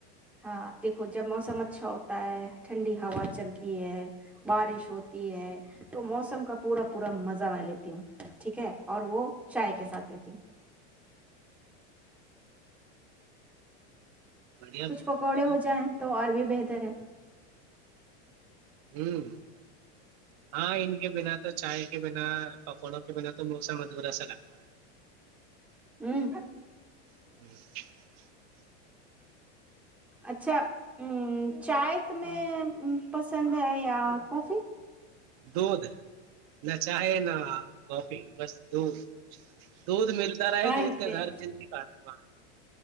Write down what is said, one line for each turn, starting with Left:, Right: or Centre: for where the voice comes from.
Centre: ہاں دیکھو جب موسم اچھا ہوتا ہے ٹھنڈی ہوا چلتی ہے بارش ہوتی ہے تو موسم کا پورا پورا مزہ میں لیتی ہوں ٹھیک ہے اور وہ چائے کے ساتھ رہ تھی
Right: بڑھیا
Centre: کچھ
Right: بہت
Centre: پکوڑے
Right: بڑھیا
Centre: ہو جائیں تو اورر بھی بہتر ہے
Right: ہوں ہاں ان کے بنا تو چائے کے بنا پکوڑوں بنا تو موسم ادبا سا لگتا ہے
Centre: ہوں
Right: ہوں <inaudible>
Centre: اچھا ہ چائے تمہیں پسند ہے یا کافی <unintelligible>
Right: دھ نہ چاہے نہ <unintelligible> ہاں <inaudible> کافی بس دھ دودھ ملتا رہے
Centre: ارے
Right: دھ کے ساری کاٹ د گا <unintelligible>